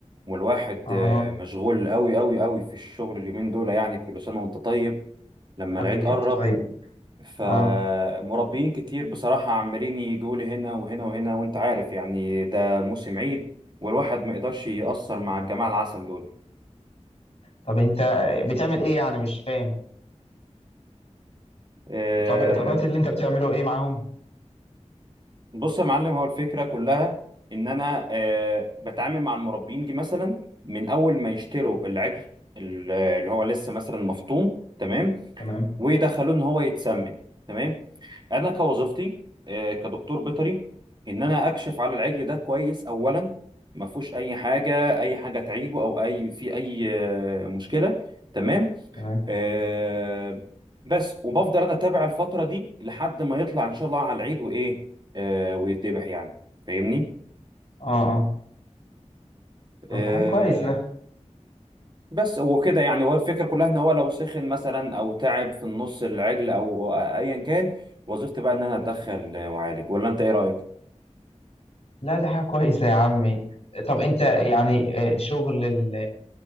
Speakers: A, on the right; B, on the left.
A: والواحد
B: اه
A: آه مشغول قوي قوي قوي في الشغل اليومين دول يعني كل سنه وانت طيب لما
B: حبيبي
A: العيد قرب
B: انت طيب
A: فمربيين
B: اه
A: كتير بصراحه عمالين يجوا لي هنا وهنا وهنا وانت عارف يعني ده موسم عيد والواحد ما يقدرش يأثر مع الجماعه العسل دول
B: طب انت بتعمل ايه يعني مش فاهم
A: آه،
B: طب طبيعة اللي انت بتعمله ايه معاهم
A: بص يا معلم هو الفكرة كلها إن أنا آه بتعامل مع المربين دي مثلا من أول ما يشتروا العجل ال- اللي هو لسه مثلا مفطوم تمام
B: تمام
A: ويدخلوه إن هو يتسمن تمام أنا كوظيفتي آه كدكتور بيطري إن أنا أكشف على العجل ده كويس أولا ما فيهوش أي حاجة أي حاجة تعيبه أو أي في أي آه مشكلة تمام
B: تمام
A: آه بس وبفضل انا اتابع الفتره دي لحد ما يطلع ان شاء الله على العيد وايه آه ويتذبح يعني فاهمني
B: اه اه طب
A: آه
B: حاجة كويسة
A: بس وكده يعني هو الفكره كلها ان هو لو سخن مثلا او تعب في النص العجل او ايا كان وظيفتي بقى ان انا اتدخل واعالج ولا انت ايه رايك
B: لا دي حاجة كويسة يا عمي طب انت يعني آه، شغل ال...